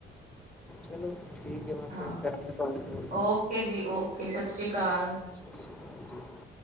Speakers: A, in the centre; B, on the right.
A: ਚਲੋ ਠੀਕ ਹੈ ਮੈਂ
B: ਹਾਂ,
A: ਫਿਰ ਕਰਾਂਗਾ ਤੁਹਾਨੂੰ ਕੋਲ
B: ਓਕੇ ਜੀ ਓਕੇ ਸਾਸਰੀ ਕਾਲ।
A: ਸਤ ਸ਼੍ਰੀ ਅਕਾਲ ਜੀ।